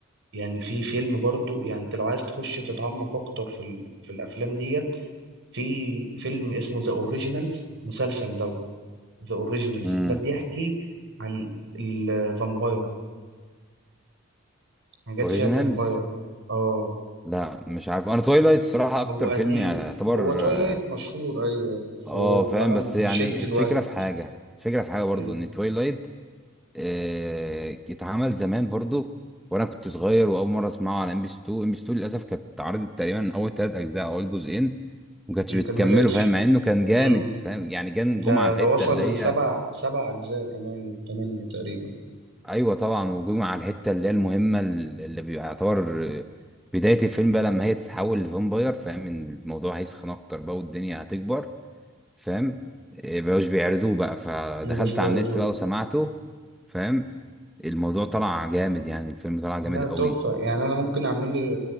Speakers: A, on the right (about 60°); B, in the centre.
A: يعني في فيلم برضه يعني انت لو عايز تخش تتعمق اكتر في ال... في الافلام ديت في فيلم اسمه ذا اوريجينالز مسلسل دوت ذا اوريجينالز
B: امم
A: ده بيحكي عن الفامباير حاجات
B: اوريجينالز
A: فيها فامباير اه
B: لا مش عارف انا تويلايت صراحة اكتر
A: هو قديم
B: فيلم يعني يعتبر
A: هو تويلايت
B: اه
A: مشهور ايوه
B: آه،
A: فهو فعلا
B: فاهم بس
A: بيشد
B: يعني
A: الواحد
B: الفكرة في حاجة الفكرة في حاجة برضو
A: مم.
B: ان تويلايت آه اتعمل زمان برضو وانا كنت صغير واول مرة اسمعه على ام بي 2 ام بي 2 للاسف كانت اتعرضت تقريبا اول ثلاث اجزاء او اول جزئين ما كانتش
A: مكملتش
B: بتكمله فاهم مع انه كان جامد
A: مم.
B: فاهم يعني كان
A: ده
B: جمعة الحتة
A: ده وصل
B: اللي هي
A: لسبع سبع اجزاء كمان وثمانية تقريبا
B: ايوه طبعا وجمع على الحته اللي هي المهمه اللي بيبقى يعتبر بدايه الفيلم بقى لما هي تتحول لفامباير فاهم ان الموضوع هيسخن اكتر بقى والدنيا هتكبر فاهم إيه، بقوش بيعرضوه بقى فدخلت
A: مش بيردو
B: على النت بقى وسمعته فاهم الموضوع طلع جامد يعني الفيلم طلع جامد
A: لا
B: قوي
A: تحفة يعني أنا ممكن أعمل لي